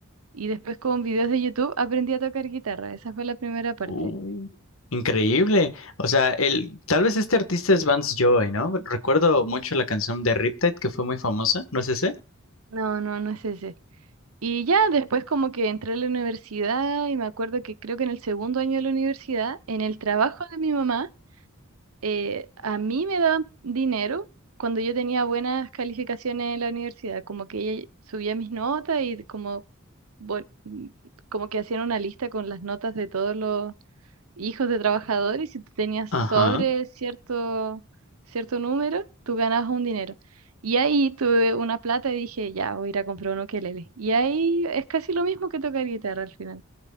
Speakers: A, on the right; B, on the left.
A: Y después con videos de YouTube aprendí a tocar guitarra. Esa fue la primera parte.
B: Uh, increíble. O sea, el, tal vez este artista es Vance Joy, ¿no? Recuerdo mucho la canción de Riptide que fue muy famosa, ¿no es ese?
A: No, no, no es ese. Y ya después como que entré a la universidad y me acuerdo que creo que en el segundo año de la universidad, en el trabajo de mi mamá, eh, a mí me daban dinero cuando yo tenía buenas calificaciones en la universidad, como que ella subía mis notas y como, bueno, mm, como que hacían una lista con las notas de todos los hijos de trabajadores, si tú tenías
B: Ajá.
A: sobre cierto, cierto número, tú ganabas un dinero. Y ahí tuve una plata y dije, ya, voy a ir a comprar un ukelele. Y ahí es casi lo mismo que tocar guitarra al final.